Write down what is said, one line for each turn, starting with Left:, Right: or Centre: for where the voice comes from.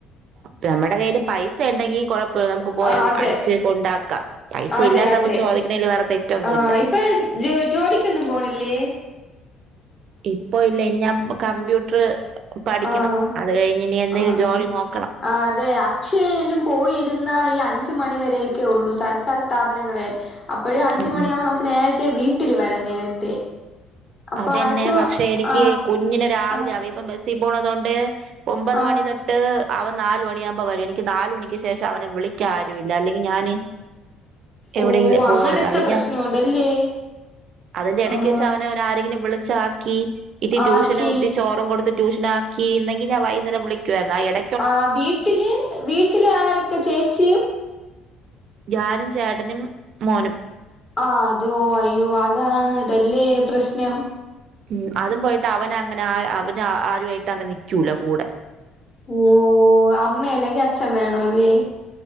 Right: നമ്മുടെ കയ്യിൽ പൈസ ഉണ്ടെങ്കി കൊഴ പ്പ നമുക്ക് പോയ
Left: ആഹ് അതെ
Right: അടിച്ച് കൊണ്ടാക്കാം പൈസ
Left: അതെ
Right: ഇല്ലാത്തപ്പോ
Left: അതെ
Right: ചോദിക്ക്ണെൽ വേറെ തെറ്റൊന്നു
Left: ആഹ്
Right: ഇല്ല
Left: ഇപ്പൊ ജ ജോലിക്കൊന്നും പോണില്ലേ
Right: ഇപ്പൊ ഇല്ല ഇനി ഞാൻ കമ്പ്യൂട്ട് റ് പഠിക്കണം
Left: ആഹ്
Right: അത് കഴിഞ്ഞ് ഇനി എന്തെങ്കിലും
Left: ആഹ്
Right: ജോലി
Left: ആഹ്
Right: നോക്കണം
Left: ആഹ് അതെ അക്ഷയ്ലും പോയിരുന്നാ ഈ അഞ്ചു മണി വരേക്ക് ഒക്കെ ഉള്ളൂ സർക്കാർ സ്ഥാപനങ്ങളേ അപ്പോഴും അഞ്ചു
Right: ഉം
Left: മണിയാകുമ്പോൾ
Right: ഉം
Left: നമുക്ക് നേരത്തെ വീട്ടിൽ വരാം നേരത്തെ അപ്പൊ
Right: അതന്നെ
Left: അത്
Right: പക്ഷെ എനിക്ക്
Left: ആഹ്
Right: കുഞ്ഞിന് രാവിലെ
Left: ആഹ്
Right: ആവ ഇപ്പ ബസ്സിൽ പോണത് കൊണ്ട് ഒമ്പത്
Left: ആഹ്
Right: മണി തൊട്ട് ട്ട് അവൻ നാല് മണിആകുമ്പ വരും എനിക്ക് നാല് മണിക്ക് ശേഷം അവനെ വിളിക്കാൻ ആരും ഇല്ല അല്ലെങ്കിൽ ഞാന് എവിടെയെങ്കിലും
Left: ഓഹ് അങ്ങനത്തെ
Right: പോകാർന്നു അല്ലെങ്കിൽ
Left: പ്രശ്നമുണ്ടല്ലേ
Right: അതിന്റെ ഇടക്ക്
Left: ആഹ്
Right: വെച്ച് അവന ആരെങ്കിലും വിളിച് ആക്കി ഇത്തിരി ട്യൂഷൻ
Left: ആക്കി
Right: ഇത്തിരി ചോറും കൊടുത്തിട്ട് ട്യൂഷനാക്കിയിരുന്നെങ്കിൽ ഞാൻ വൈകുന്നേരം വിളിക്കുവായിരുന്നു ആ ഇട
Left: ആ വീട്ടില് വീട്ടില് ആരൊക്കെ ചേച്ചിയും
Right: ഞാനും ചേട്ടനും മോനും
Left: ആഹ് അതോ അയ്യോ അതാണ്ല്ലേ പ്രശ്നം
Right: ഉം അതും പോയിട്ട് അവ്ന അങ്ങനെ ആ അവന് ആരുമായിട്ട് അങ്ങ് നിക്കൂല കൂടെ
Left: ഓ ഓ അമ്മ അല്ലെങ്കി അച്ഛൻ വേണം അല്ലേ